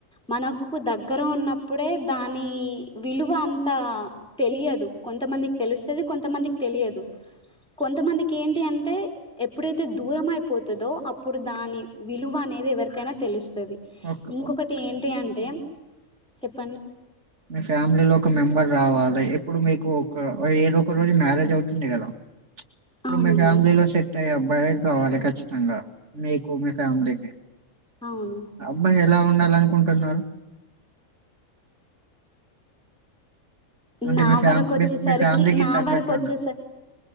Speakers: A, in the centre; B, on the right.
A: మనక్ దగ్గర ఉన్నప్పుడే దానీ విలువ అంతా తెలియదు కొంతమందికి తెలుస్తది కొంతమందికి తెలియదు కొంతమందికి ఏంటి అంటే ఎప్పుడైతే దూరం అయిపోతదో అప్పుడు దాని విలు వ అనేది ఎవరికైనా తెలుస్తద్ ది
B: ఒక్క
A: ఇంకొకటీ ఏంటి అంటే చెప్
B: మి ఫ్యామిలీ లో ఒక మెంబర్ రావాల్ అ ఇప్పుడు మీకు ఒక ఏదో ఒక రోజు మ్యారేజ్ అవుతుంది గదా ఇప్పుడు
A: అవునండి
B: మీ ఫ్యామిలీలో సెట్ అయ్యామ్ బ్బయే కావాలి ఖచ్చితంగా మీకు మీ ఫ్యామిలీకి
A: అవును
B: అబ్బాయి ఎలా ఉండాలనుకుంటున్నారు అంటే
A: నా
B: మీ ఫ్యా
A: వరకొచ్చేసరికి
B: మీ మీ ఫ్యామిలీకి
A: నా
B: తగ్గట్టున్న
A: వరకోచ్చేస